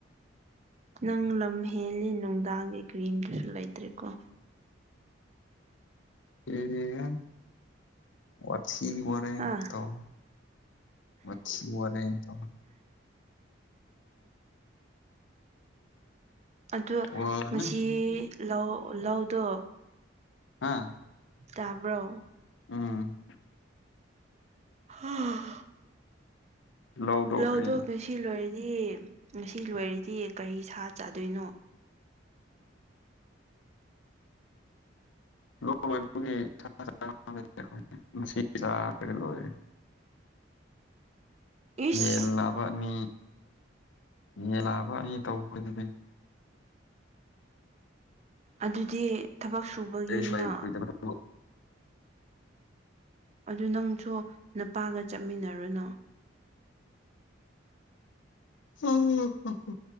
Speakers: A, on the right; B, on the left.
A: ꯅꯪ ꯂꯝ ꯍꯦꯜꯂꯤ ꯅꯨꯡꯗꯥꯡꯒꯤ ꯀ꯭ꯔꯤꯝꯇꯁꯨ ꯂꯩꯇ꯭ꯔꯦꯀꯣ
B: ꯀꯔꯤꯔꯥ ꯋꯥꯊꯤ ꯋꯥꯔꯦꯝ
A: ꯑ
B: ꯇꯩ ꯋꯥꯊꯤ ꯋꯥꯔꯦꯝ ꯇꯧ
A: ꯑꯗꯣ
B: ꯋꯥꯅ
A: ꯉꯁꯤ
B: ꯍꯤꯡꯕꯅꯤ
A: ꯂꯧ ꯂꯧꯗꯣ
B: ꯑꯥ
A: ꯇꯥꯕ꯭ꯔꯣ
B: ꯎꯝ
A: ꯍꯥ
B: ꯂꯧꯗꯣꯛꯈ꯭ꯔꯤ
A: ꯂꯧꯗꯣ ꯉꯁꯤ ꯂꯣꯏꯔꯗꯤ ꯉꯁꯤ ꯂꯣꯏꯔꯗꯤ ꯀꯔꯤ ꯁꯥ ꯆꯥꯗꯣꯏꯅꯣ
B: ꯂꯣꯛ ꯂꯩꯕꯒꯤ <unintelligible> ꯑꯩꯈꯣꯏ ꯉꯁꯤ ꯆꯥꯔꯒ ꯂꯣꯏꯔꯦ
A: ꯏꯁ
B: ꯌꯦꯜꯂꯥꯕ ꯑꯅꯤ ꯌꯦꯜꯂꯥꯕ ꯑꯅꯤ ꯇꯧꯈꯔ꯭ꯗꯨꯗꯤ
A: ꯑꯗꯨꯗꯤ ꯊꯕꯛ ꯁꯨꯕꯒꯤꯅꯤꯅ
B: ꯀꯔꯤꯁꯨ ꯂꯩꯔꯣꯏꯗꯕꯗꯨꯕꯨ
A: ꯑꯗꯨ ꯅꯪꯁꯨ ꯅꯄꯥꯒ ꯆꯠꯃꯤꯟꯅꯔꯣꯅ
B: <inaudible>